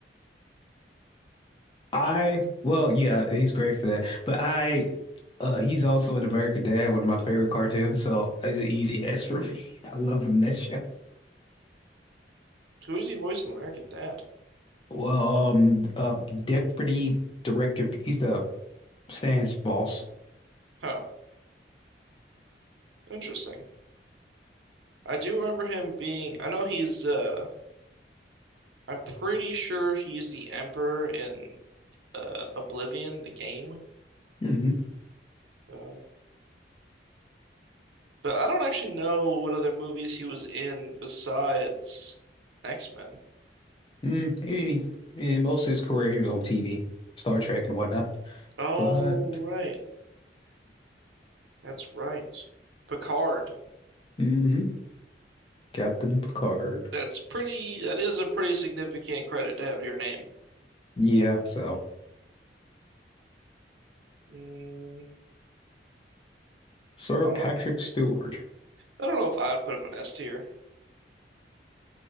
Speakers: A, on the left; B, on the right.
A: I well, yeah, he's great for that. But I, uh, he's also in American Dad, one of my favorite cartoons. So it's an easy S for me. <laughs> I love him in that show.
B: Who is he voicing American Dad?
A: Well, um, uh, Deputy Director. He's the Stan's boss.
B: Huh, interesting. I do remember him being. I know he's. Uh, I'm pretty sure he's the Emperor in uh, Oblivion, the game.
A: <laughs> hmm
B: Uh, but I don't actually know what other movies he was in besides X-Men.
A: Mm, maybe in most of his career, he was on TV, Star Trek and whatnot.
B: Oh,
A: But
B: right, that's right. Picard.
A: mhm, Captain Picard.
B: That's pretty. That is a pretty significant credit to have to your name.
A: Yeah, so
B: Mm,
A: Sir
B: I don't
A: Patrick
B: know
A: Stewart,
B: I don't know if I would put him in S tier.